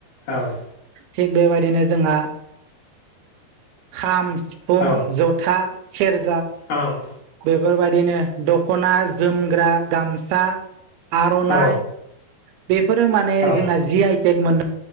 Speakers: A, on the left; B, on the right.
A: औ
B: थिग बेबायदिनो जोंहा खाम, सिफुं,
A: औ
B: जथा, सेर
A: औ
B: बेफोरबायदिनो दख'ना, जोमग्रा, गामसा, आर'नाइ
A: औ
B: बेफोरो माने
A: औ
B: जोंहा जि आइटेक मोन